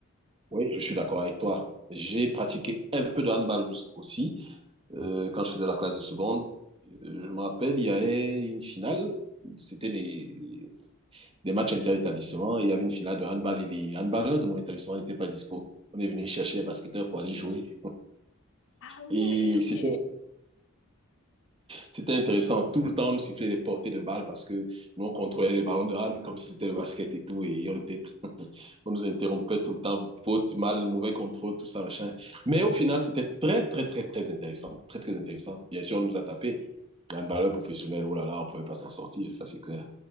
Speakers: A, on the right; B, on the left.
A: Oui, je suis d'accord avec toi. J'ai pratiqué un peu de handball aussi euh, quand je faisais la classe de seconde. Euh, Je me rappelle, il y avait une finale. C'était des, des- des matchs inter-établissement. Il y avait une finale de handball et les handballeurs de mon établissement n'étaient pas dispo. On est venu chercher les basketteurs pour aller jouer.
B: Ah ouais,
A: Et
B: ok.
A: c'était C'était intéressant. Tout le temps, on nous sifflait les portées de balles parce que nous, on contrôlait les ballons de hand comme si c'était le basket et tout. Et on, était... <laughs> on nous interrompait tout le temps. Faute, mal, mauvais contrôle, tout ça, machin. Mais au final, c'était très, très, très, très intéressant. Très, très intéressant. Bien sûr, on nous a tapé. Un balleur professionnel, oh là là, on ne pouvait pas s'en sortir, ça c'est clair.